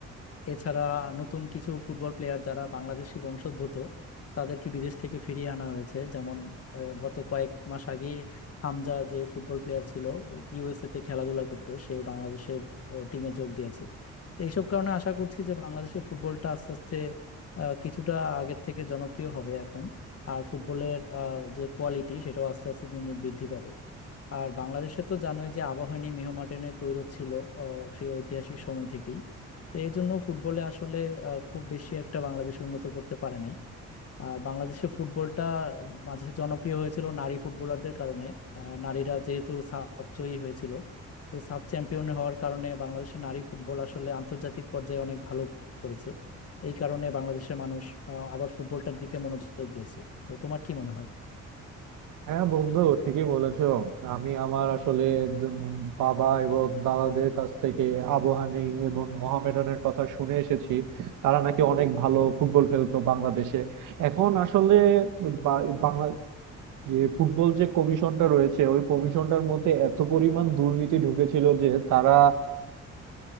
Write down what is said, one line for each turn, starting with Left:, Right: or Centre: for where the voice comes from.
Left: এছাড়া নতুন কিছু ফুটবল প্লেয়ার যারা বাংলাদেশি বংশোদ্ভূত তাদেরকে বিদেশ থেকে ফিরিয়ে আনা হয়েছে যেমন আহ, গত কয়েক মাস আগে হামজা যে ফুটবল প্লেয়ার ছিল ইউএসএ তে খেলাধুলা করতো সে বাংলাদেশের টিমে যোগ দিয়েছে তো এইসব কারণে আশা করছি যে বাংলাদেশের ফুটবলটা আস্তে আস্তে আহ, কিছুটা আগের থেকে জনপ্রিয় হবে এখন আর ফুটবলের আহ, যে কোয়ালিটি সেটাও আস্তে আস্তে দিন দিন বৃদ্ধি পাবে আর বাংলাদেশে তো জানোই যে আবাহনী মোহামেডানের দ্বৈরথ ছিল আহ, সেই ঐতিহাসিক সময় থেকেই তো এই জন্য ফুটবলে আসলে আহ, খুব বেশি একটা বাংলাদেশ উন্নত করতে পারে নাই আর বাংলাদেশে ফুটবলটা মাঝে জনপ্রিয় হয়েছিল নারী ফুটবলারদের কারণে আহ, নারীরা যেহেতু সাফ জয়ী হয়েছিল তো সাফ চ্যাম্পিয়ন হওয়ার কারণে বাংলাদেশের নারী ফুটবল আসলে আন্তর্জাতিক পর্যায়ে অনেক ভালো করেছে এই কারণে বাংলাদেশের মানুষ আহ, আবার ফুটবলটার দিকে মনোযোগ দিয়েছে তো তোমার কি মনে হয়
Right: হ্যাঁ বন্ধু ঠিকই বলেছো আমি আমার আসলে উম বাবা এবং দাদাদের কাছ থেকে আবু হানি এবং মোহামেডানের কথা শুনে এসেছি তারা নাকি অনেক ভালো ফুটবল খেলতো বাংলাদেশে এখন আসলে বা- বাংলা যে ফুটবল যে কমিশনটা রয়েছে ওই কমিশনটার মধ্যে এত পরিমাণ দুর্নীতি ঢুকেছিল যে তারা